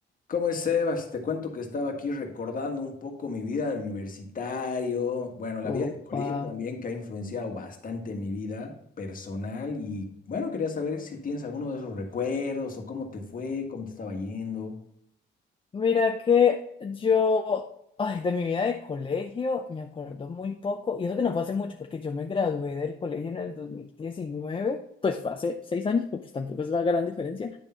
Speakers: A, on the left; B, on the left.
A: ¿Cómo es, Sebas? Te cuento que estaba aquí recordando un poco mi vida de universitario, bueno, la vida
B: Opa.
A: de colegio también que ha influenciado bastante mi vida personal y bueno, quería saber si tienes alguno de esos recuerdos o cómo te fue, cómo te estaba yendo.
B: Mira que yo, ay, de mi vida de colegio me acuerdo muy poco, y eso que no fue hace mucho, porque yo me gradué del colegio en el dos mil diecinueve pues fue hace seis años, porque pues tampoco es la gran diferencia.